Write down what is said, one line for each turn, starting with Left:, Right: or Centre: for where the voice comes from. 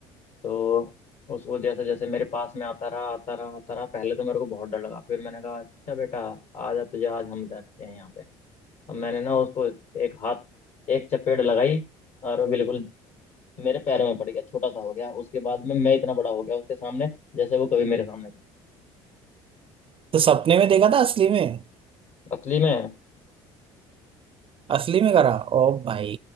Left: तो उसको जैसे जैसे मेरे पास में आता रहा आता रहा आता रहा पहले तो मेरे को बहुत डर लगा फिर मैंने कहा अच्छा बेटा आजा तुझे आज हम बैठते हैं यहाँ पे अब मैंने ना उसको एक हाथ एक चपेट लगाई और वो बिल्कुल मेरे पैरों में पड़ गया छोटा सा हो गया उसके बाद में मैं इतना बड़ा हो गया उसके सामने जैसे वो कभी मेरे सामने था
Right: तो सपने में देखा था असली में
Left: असली में
Right: असली में करा ओ भाई